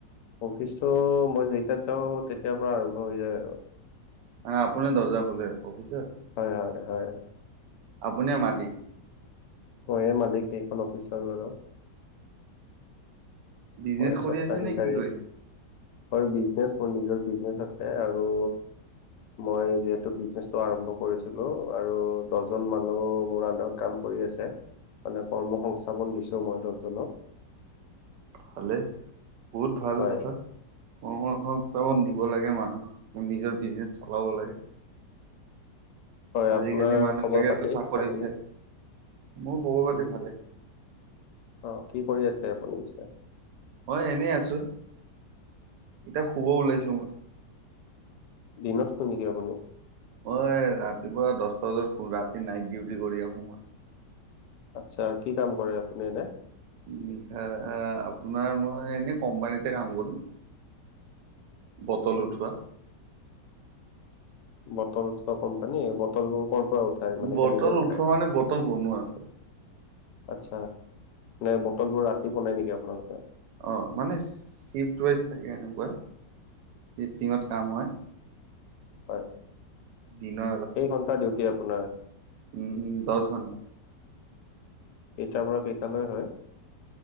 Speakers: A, on the left (about 75°); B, on the right (about 80°).
A: অফিচটো মই যেইটাত যাওঁ তেতিয়াৰ পৰা আৰম্ভ হৈ যায় আৰু
B: মানে আপুনি দৰ্জা খোলে অফিচৰ
A: হয় হয় হয়
B: আপুনিয়ে মালিক
A: মইয়ে মালিক সেইখন অফিচৰ বাৰু
B: বিজনেচ
A: মই
B: কৰি
A: স্বত্বাধিকাৰী
B: আছে নে কি কৰিছে
A: হয় বিজনেছ মোৰ নিজৰ বিজনেচ আছে আৰু মই যিহেতু বিজনেচটো আৰম্ভ কৰিছিলো আৰু দহজন মানুহ মোৰ আন্দাৰত কাম কৰি আছে মানে কৰ্ম সংস্থাপন দিছো মই দহজনক
B: ভালে বহুত ভাল
A: হয়
B: কথা কৰ্মসংস্থাপন দিব লাগে মানুহক নিজৰ বিজনেচ চলাব লাগে
A: হয়
B: আজিকালি
A: আপোনাৰ
B: মানুহবিলাকেতো
A: খবৰ পাতি
B: চাকৰি
A: বাকী
B: বিচাৰে। মোৰ খবৰ পাতি
A: উম
B: ভালে।
A: অ কি কৰি আছে আপুনি পিছে
B: মই এনেই আছো এতিয়া শুব ওলাইছো মই
A: দিনত শুৱে নেকি আপুনি
B: মই ৰাতিপুৱা দছটা বজাত শু ৰাতি নাইট ডিউটি কৰি আহো মই
A: আচ্ছা কি কাম কৰে আপুনি এনে
B: নিশা আপোনাৰ মই এনে কম্পানীতে কাম কৰো বটল
A: উম
B: উঠোৱা
A: বটল উঠ কম্পানী বটলবোৰ কৰ পৰা উঠাই মানে
B: বটল
A: কেনেকে উঠায়
B: উঠোৱা মানে বটল বনোৱা আছে।
A: আত্ছা নে বটলবোৰ ৰাতি বনাই নিকি আপোনালোকে
B: অঁ মানে চিফ্ট ৱাইজ থাকে এনেকুৱা চিফ্টিঙত কাম হয়
A: হয়
B: দিনৰ
A: কেই ঘন্টা ডিউটি আপোনাৰ
B: উম উম দছ ঘণ্টা
A: কেইটাৰ পৰা কেইটালৈ হয়